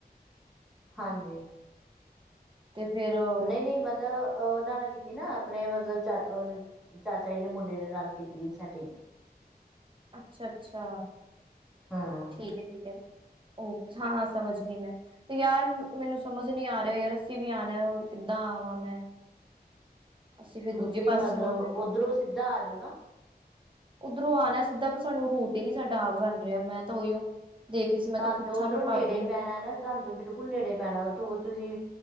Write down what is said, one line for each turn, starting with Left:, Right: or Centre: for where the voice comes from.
Centre: ਹਾਂਜੀ।
Right: ਤੇ ਫੇਰ ਉਹ।
Centre: ਨਹੀਂ ਨਹੀਂ ਮਤਲਬ ਉਹਨਾਂ ਨਾਲ ਕੀਤੀ ਨਾ ਆਪਣੇ ਮਤਲਬ ਚ। ਚਾਚਾ ਜੀ ਦੇ ਮੁੰਡੇ ਨੇ ਨਾਲੱ ਕੀਤੀ ਸੀ ਸੈਟੀਗ।
Right: ਅੱਛਾ ਅੱਛਾ,
Centre: ਹਾਂ
Right: ਠੀਕ ਹੈ ਠੀਕ ਹੈ। ਹਾਂ ਹਾਂ ਸਮਝ ਗਈ ਮੈਂ। ਤੇ ਯਾਰ ਮੈਨੂੰ ਸਮਝ ਨੀ ਆ ਰਿਹਾ ਯਾਰ ਅੱਸੀ ਵੀ ਆਉਣਾ ਕਿੱਦਾਂ ਆਵਾਂ ਮੈਂ। ਅਸੀਂ ਫਿਰ
Centre: ਤੁਸੀਂ
Right: ਦੂਜੇ ਪਾਸਿਓ
Centre: ਮਤਲਬ,
Right: ਆਣਾ
Centre: ਉੱਧਰੋਂ ਸਿੱਧਾ ਆ ਜਾਓ ਨਾ।
Right: ਉੱਧਰੋਂ ਆਉਣਾ ਸਿੱਧਾ ਪਰ ਸਾਨੂੰ ਰੂਟ ਹੀ ਨਹੀਂੀ ਸਾਡਾ ਆਪ ਬਣ ਰਿਹਾ ਮੈਂ ਤਾਂ ਉਹੀਓ। ਦੇਖ ਰਹੀ ਸੀ ਮੈਂ
Centre: ਤਾਂੰ
Right: ਕਿਹਾ ਪੁੱਛਾਂ
Centre: ਤੇ ਉੱਧਰੋਂ
Right: ਮੈਂ
Centre: ਨੇੜੇ
Right: ਭਾਬੀ ਨੂੰ
Centre: ਪੈਣਾ ਹਨਾ। ਤੁਹਾਨੂੰ ਬਿਲਕੁਲ ਨੇੜੇ ਪੈਣਾ ਉੱਥੋਂ ਤੁਸੀਂ